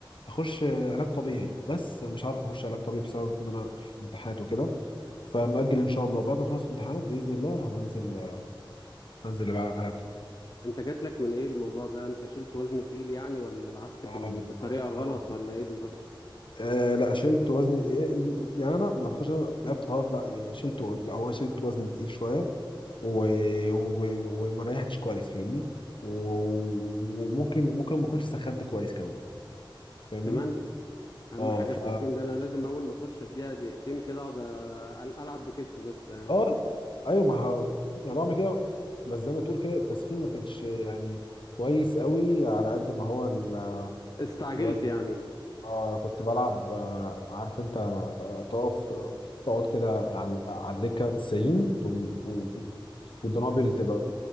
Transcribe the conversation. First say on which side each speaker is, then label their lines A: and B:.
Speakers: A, on the left (about 65°); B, on the left (about 50°).
A: اخش علاج طبيعي بس أنا مش عارف اخش علاج طبيعي بسبب ان انا في امتحانات وكده فمأجل ان شاء الله بعد ما اخلص الامتحانات باذن الله هبنزل آه، انزل اللي بقى انا
B: انت جات لك من ايه الموضوع ده انت شلت وزن تقيل يعني ولا لعبت بال...
A: اه بالظبط
B: بطريقه غلط
A: اه
B: ولا ايه بالظبط
A: آه، لا شلت وزن إيه، يعني انا ما اعتقدش انا لعبت غلط لا يعني شلت لا هو أنا شلت وزن تقيل شويه و... و... وما ريحتش كويس فاهمني و... وممكن ممكن ما اكونش سخنت كويس كمان فاهمني
B: كمان اهم
A: اه
B: حاجه
A: ف
B: التسخين ده انا لازم اول ما اخش اديها دقيقتين كده اقعد أ- العب بكتفي بس آه،
A: اه ايوه ما ه... انا بعمل كده بس زي ما تقول كده التسخين ما كانش يعني كويس قوي على قد ما هو ال-
B: استعجلت
A: الوزن
B: يعني
A: اه انا كنت بلعب آه، عارف انت آه، تقف آه، تقعد كده عن على الدكه 90 تقوم- و- والدنابل تبقى